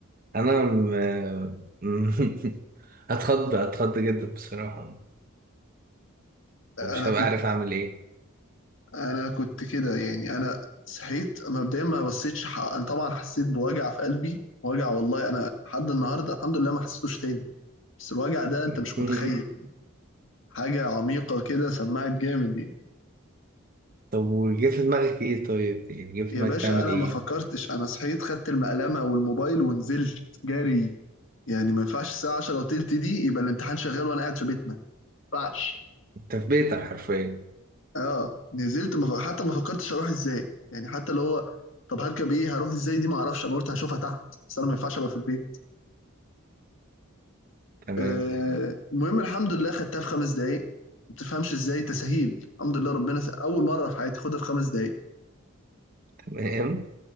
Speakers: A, on the right; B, on the left.
A: انا م... م- <laughs> هتخض هتخض جدا بصراحة
B: انا
A: ومش هبقى
B: كنت
A: عارف اعمل ايه
B: انا كنت كده يعني انا صحيت مبدئيا ما بصيتش حق. انا طبعا حسيت بوجع في قلبي وجع والله انا لحد النهارده الحمد لله ما حسيتوش تاني بس الوجع ده انت
A: <laughs>
B: مش متخيل حاجه عميقه كده سمعت جامد يعني
A: طب وجه في دماغك ايه طيب يعني جه في
B: يا
A: دماغك
B: باشا
A: تعمل
B: انا
A: ايه
B: ما فكرتش انا صحيت خدت المقلمه والموبايل ونزلت جري يعني ما ينفعش الساعه 10 وتلت دي يبقى الامتحان شغال وانا قاعد في بيتنا ما ينفعش
A: تثبيتا حرفيا
B: اه نزلت مف... حتى ما فكرتش اروح ازاي يعني حتى لو هو طب هركب ايه هروح ازاي دي ما اعرفش انا قلت هشوفها تحت بس انا ما ينفعش ابقى في البيت
A: تمام
B: آه المهم الحمد لله خدتها في خمس دقايق ما تفهمش ازاي تسهيل الحمد لله ربنا س... اول مره في حياتي خدها في خمس دقايق
A: تمام